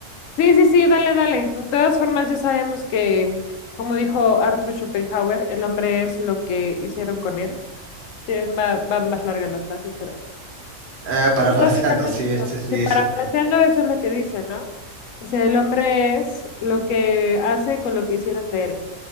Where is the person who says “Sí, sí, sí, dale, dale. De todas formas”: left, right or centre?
Left